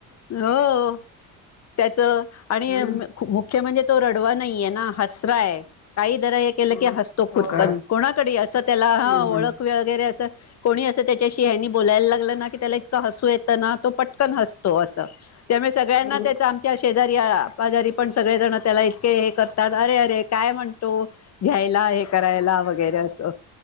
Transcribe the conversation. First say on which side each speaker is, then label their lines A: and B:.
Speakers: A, on the left; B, on the left.
A: हो. त्याच आणि
B: हं,
A: मुख्य म्हणजे तो रडवा नाहीये ना हसराय. काही जरा हे केलं
B: हं.
A: की हसतो
B: हो
A: खुदकन.
B: का?
A: कोणाकडे असं त्याला ह
B: हं,
A: ओळख
B: हं.
A: वगैरे असं. कोणी असं त्याच्याशी आणि बोलायला लागलं ना की त्याला इतकं हसू येतं ना तो पटकन हस तो अस त्यामुळे सगळ्यांना
B: हो,
A: त्या आमच्या शे तरी माघारी पण सगळे जण त्याला इतके हे करतात अरे अरे काय म्हणतो घ्यायला. हे करायला वगैरे असं